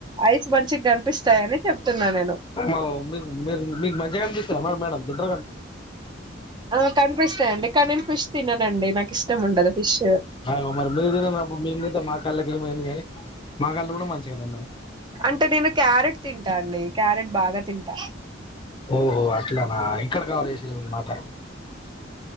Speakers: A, on the right (about 25°); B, on the left (about 25°).
A: ఐస్ మంచిగా కనిపిస్తాయని చెప్తున్నా నేను
B: ఓ మీ మీ మీ మా ఏ ఎ మేడం దిండ
A: ఆ కనిపిస్తాయంండి కానీని పిష్ి తిిననండి నాకు ఇష్టం ఉండదు ఫిష్.
B: అయ అ మరి మ మీదిప్పుడు మీ మా క మకళ్ళి కూడా మంచిగానే ఉన్నాయి
A: అంటే నేను క్యారెట్ తింటా అండి క్యారెట్ బాగా తింటా
B: ఓహో అట్లానా ఇక్కడ కావరు చేసన్నమాట